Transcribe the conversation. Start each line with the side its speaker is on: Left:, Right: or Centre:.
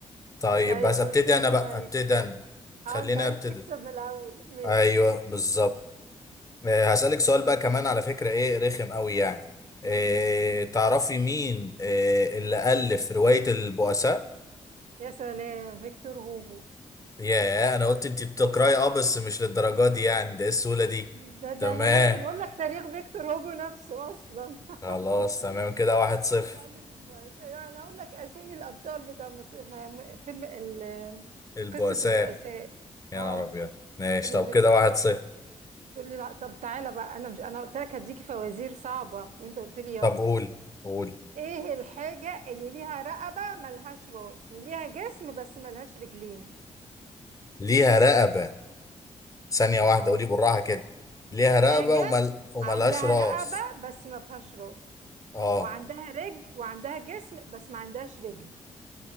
Left: طيب
Right: طيب
Left: بس
Right: ابتدي
Left: ابتدي انا بقى
Right: معاك
Left: ابتدي انا خلينا
Right: اه انت عايز
Left: ابتدي
Right: تكسب من الاول ماشي
Left: ايوه بالظبط آه هسألك سؤال بقى كمان على فكره ايه رخم قوي يعني آه تعرفي مين آه اللي ألف روايه البؤساء
Right: يا سلام فيكتور هوجو
Left: ياه انا قلت انت بتقراي اه بس مش للدرجه دي يعني ده ايه السهوله دي
Right: ده ده
Left: تمام
Right: انا ممكن اقول لك تاريخ فيكتور هوجو نفسه اصلا <laughs>
Left: خلاص
Right: تقول
Left: تمام
Right: لي
Left: كده واحد صفر
Right: مين اللي الف البؤساء يعني انا اقول لك اسامي الابطال بتاع مص... ما- ما- فيلم ال...
Left: البؤساء
Right: قصه البؤساء
Left: يا
Right: اه
Left: نهار ابيض ماشي
Right: قولي
Left: طب
Right: فيكتور
Left: كده واحد
Right: هوجو
Left: صفر
Right: تقول لي لا طب تعالى بقى انا مش انا قلت لك هديكي فوازير صعبة وانت قلت لي يلا
Left: طب قول قول
Right: ايه الحاجة اللي ليها رقبة ملهاش راس وليها جسم بس ملهاش رجلين
Left: ليها رقبه ثانيه واحده
Right: اه
Left: قولي بالراحه كده ليها
Right: حاجة
Left: رقبه ومل... وملهاش
Right: عندها
Left: راس
Right: رقبة بس ما فيهاش راس
Left: اه
Right: وعندها رجل وعندها جسم بس ما عندهاش رجل